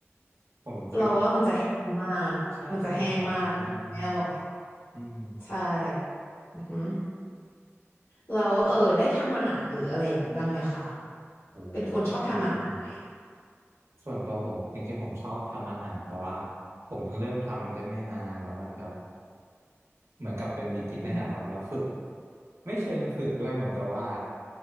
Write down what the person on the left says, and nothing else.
เราว่ามันจะแห้งมากมันจะแห้งมากไม่อร่อย
ใช่อือหือแล้วเออได้ทำอาหารหรืออะไรอย่างนี้บ้างไหมคะ
เป็นคนชอบทำอาหารไหม
อืม